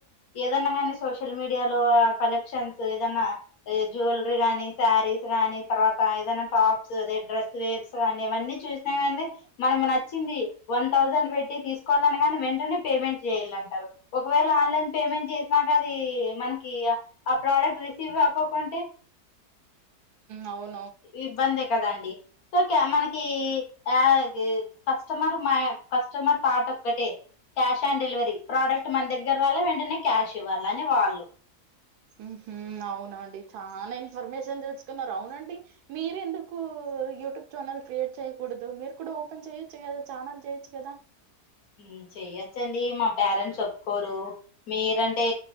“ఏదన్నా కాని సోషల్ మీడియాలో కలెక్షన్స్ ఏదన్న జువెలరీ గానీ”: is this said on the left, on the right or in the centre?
Left